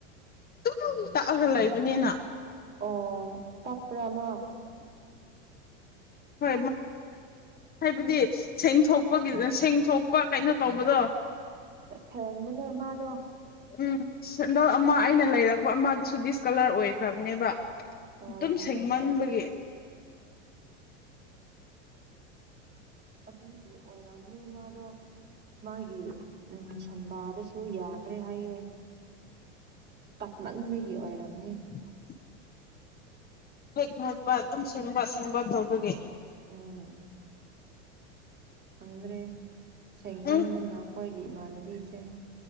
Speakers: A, on the left; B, on the right.
A: ꯇꯨꯝ ꯇꯛꯑꯒ ꯂꯩꯕꯅꯤꯅ
B: ꯑꯣ ꯄꯄ꯭ꯔꯃ
A: <unintelligible> ꯍꯣꯏ ꯍꯥꯏꯕꯗꯤ ꯁꯦꯡꯗꯣꯛꯄꯒꯤ ꯁꯦꯡꯣꯛ ꯀꯣ ꯀꯩꯅꯣ ꯇꯧꯕꯗꯣ
B: ꯍꯦꯡꯕꯅꯦ ꯃꯥꯗꯣ
A: ꯎꯝ ꯁꯦꯟꯗꯜ ꯑꯃ ꯑꯩꯅ ꯂꯩꯔꯛꯄ ꯑꯃꯗꯨꯁꯨ ꯗꯤꯁꯀꯂꯔ ꯑꯣꯏꯈ꯭ꯔꯕꯅꯦꯕ
B: ꯑꯣ
A: ꯑꯗꯨꯝ ꯁꯦꯡꯃꯟꯕꯒꯤ
B: ꯑꯗꯨꯅꯤꯗꯤ ꯑꯣꯏꯔꯝꯅꯤ ꯃꯥꯗꯣ ꯃꯥꯒꯤ ꯎꯝ ꯁꯝꯕꯥꯗꯁꯨ ꯌꯥꯗ꯭ꯔꯦ ꯍꯥꯏꯌꯦꯦ ꯇꯥꯛꯃꯟꯕꯒꯤ ꯑꯣꯏꯔꯝꯅꯤ
A: ꯎ ꯍꯦꯛ ꯃꯣꯠꯄ ꯑꯗꯨꯝ ꯁꯦꯡꯕꯁꯦꯡꯕ ꯇꯧꯕꯒꯤ
B: ꯎꯝ ꯈꯪꯗ꯭ꯔꯦ ꯁꯦꯡꯃꯟꯗꯅ
A: ꯎꯝ
B: ꯑꯩꯈꯣꯏꯒꯤ ꯏꯃꯥꯟꯅꯕꯤꯁꯦ